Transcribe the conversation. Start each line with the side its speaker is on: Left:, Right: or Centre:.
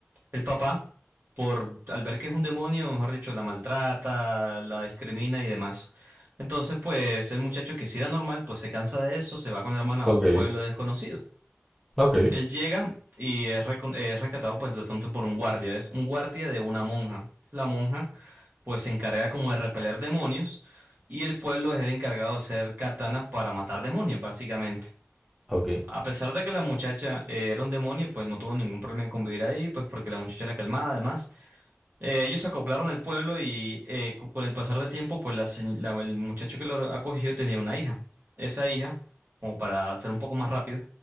Right: El papá, por al ver que es un demonio, mejor dicho, la maltrata, la discrimina y demás. Entonces, pues el muchacho que sí era normal, pues se cansa de eso, se va con la hermana
Centre: Ok,
Right: a un pueblo desconocido.
Centre: ok,
Right: Él llega y es, recon- es rescatado, pues de pronto por un guardia. Es un guardia de una monja. La monja, pues se encarga como de repeler demonios y el pueblo es el encargado de hacer katanas para matar demonios, básicamente.
Centre: ok.
Right: A pesar de que la muchacha eh, era un demonio, pues no tuvo ningún problema en convivir ahí, pues porque la muchacha era calmada, además. Eh, ellos se acoplaron al pueblo y eh, co- con el pasar del tiempo, pues la señ- la- el muchacho que lo acogió tenía una hija. Esa hija, como para ser un poco más rápido,